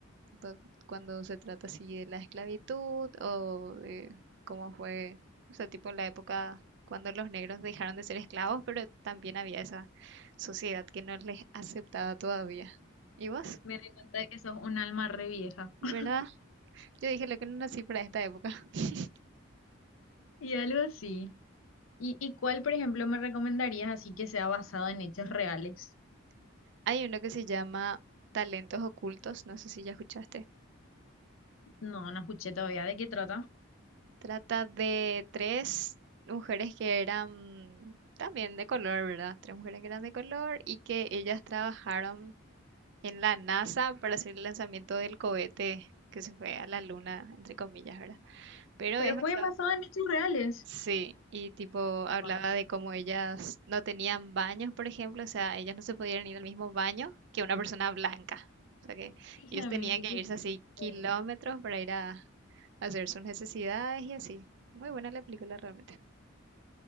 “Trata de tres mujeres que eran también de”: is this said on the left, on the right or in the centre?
Right